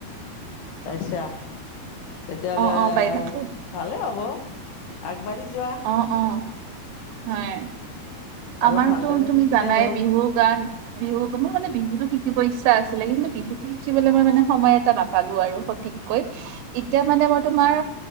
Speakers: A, on the left; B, on the right.
A: পাইছা তেতিয়া হ'লে
B: অ অ পাই থাকো
A: ভালে হ'ব আগবাঢ়ি যোৱা।
B: অ অ হয়।
A: অলপ
B: আমাৰতো
A: ভালদৰে
B: তুমি
A: শিকিলেই
B: জানাই
A: হ'ল।
B: বিহু গান বিহু মোৰ মানে বিহুতো শিকিব ইচ্ছা আছিলে কিন্তু বিহুতো শিকিবলৈ মই মানে সময় এটা নাপালো আৰু। ঠিককৈ এতিয়া মানে মই তোমাৰ